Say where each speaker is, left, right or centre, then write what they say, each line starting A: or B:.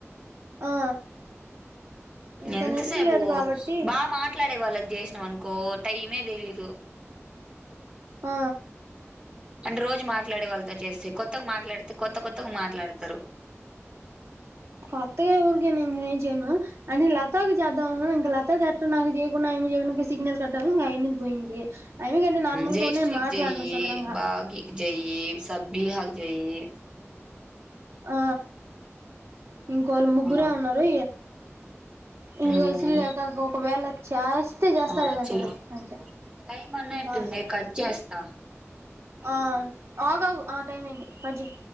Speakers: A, on the right; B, on the right.
A: ఆ ఇంకా
B: ఎంతసేపు
A: నెట్ లేదు కాబట్టి
B: బా మాట మాట్లాడే వాళ్ళకి చేసినాం అనుకో టైమే తెలీదు
A: ఆ
B: అంటే రోజు మాట్లాడే వాళ్ళతో చేస్తే కొత్తగా మాట్లాడితే కొత్త కొత్తగా మాట్లాడతారు
A: కొత్తగా ఏఊళ్ళకి నేనేం చేయను లతా కి చేద్దాం ఇంకా లతా చే నాకు చేయకుండా ఆ అమ్మికి చేయడానికి సిగ్నల్ కట్ అయి ఇంకా అమ్మిది పోయింది ఆమె కంటే నార్మల్
B: జైష్ఠకి
A: గా నేను మాట్లాడను
B: జెయ్యి,
A: సదరంగా
B: భాగ్యకి జెయ్యి, సబ్బిహాక్ చెయ్యి
A: ఆ ఇంకొల్లు ముగ్గురే
B: ఆ
A: ఉన్నారు ఇగా
B: మ్మ్
A: శ్రీలేఖ అక్క ఒకవేళ చేస్తే చేస్తా
B: ఆ
A: లేదంటే
B: చెయ్
A: లేదు అంతే
B: టైం అన్నట్టుంది
A: బాయ్
B: కట్ చేస్తా
A: ఆ ఆగగు ఆ టైమ్ అయింది కట్ చెయ్